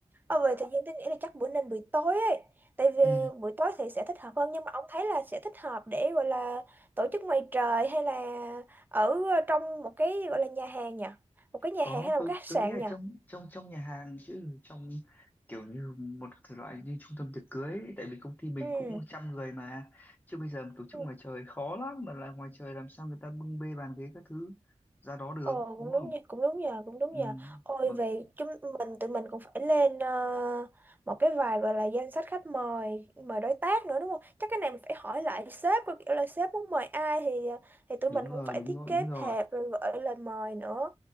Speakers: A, on the right (about 15°); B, on the left (about 15°).
A: Ờ, về thời gian tôi nghĩ là chắc bữa nên buổi tối ấy tại vì
B: Ừ,
A: ờ, buổi tối thì sẽ thích hợp hơn nhưng mà ông thấy là sẽ thích hợp để gọi là tổ chức ngoài trời hay là ở ờ, trong một cái gọi là nhà hàng nhỉ một cái nhà
B: có
A: hàng hay là
B: tôi
A: một cái khách sạn
B: tôi nghĩ là
A: nhỉ
B: trong trong trong nhà hàng chứ trong kiểu như một cái loại như trung tâm tiệc cưới ấy, tại vì công ty mình
A: ừ
B: cũng trăm người mà chứ bây giờ mà tổ chức
A: ừ.
B: ngoài trời khó lắm mà là ngoài trời làm sao người ta bưng bê bàn ghế các thứ ra đó được
A: ồ
B: đúng
A: cũng
B: không
A: đúng nha cũng đúng nhờ cũng đúng
B: ừ,
A: nhờ ôi
B: mà
A: về chúng mình tụi mình cũng phải lên ờ, một cái vài gọi là danh sách khách mời mời đối tác nữa đúng không chắc cái này mình phải hỏi lại sếp coi kiểu là sếp muốn mời ai thì ờ, thì tụi
B: đúng
A: mình
B: rồi
A: cũng phải
B: đúng
A: thiết
B: rồi
A: kế
B: đúng rồi
A: thiệp rồi gửi lời mời nữa